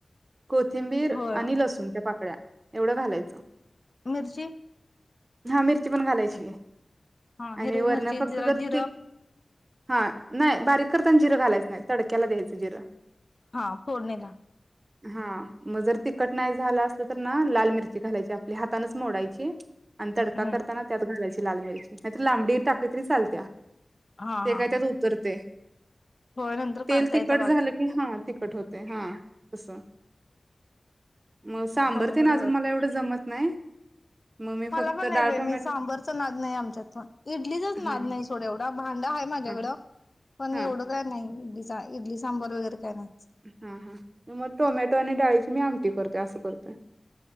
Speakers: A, on the right (about 40°); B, on the left (about 40°).
A: कोथिंबीर
B: होय.
A: आणि लसूणच्या पाकळ्या एवढं घालायचं
B: मिर्ची
A: हा मिरची पण घालायची
B: हा
A: आणि
B: हिरवी
A: वरण
B: मिरची
A: फक्त
B: जरा
A: जर
B: जिरा
A: त हा नाय बारीक करताना जिरं घालायचं नाय तडक्याला द्यायचं जिरं
B: हा फोडणीला
A: हा मग जर तिखट नाही झालं असलं तर ना लाल मिरची घालायची आपल्या हाताानच मोडायची आणि तडका
B: हम्म.
A: करताना त्यात घालायची लाल मिरची नाही तर लांबडी टाकली तरी चालत्या
B: हा
A: ते
B: हा
A: काय त्यात
B: ह
A: उतरते.
B: होय नंतर
A: तेल
B: काढता
A: तिखट
B: येत्या बाजूला.
A: झालं की हा तिखट होत. ते हा कस. मग सांबर
B: बरोबर
A: तेन अजून
B: बर.
A: मला एवढं जमत नाही मग मी फक्त
B: प नाही
A: डाळ टोमॅटो
B: मी सांबरच नाद नाही आमच्यात इडलीचाच नाद
A: हा
B: नाही सोड एवढं. <unintelligible> आहे माझ्याकडं.
A: हा
B: पण
A: हा
B: एवढं काय नाही. इडली सांबार वगैरे काय नाही.
A: हा हा मग टोमॅटो आणि डाळीच मी आमटी करतोय असं करतोय.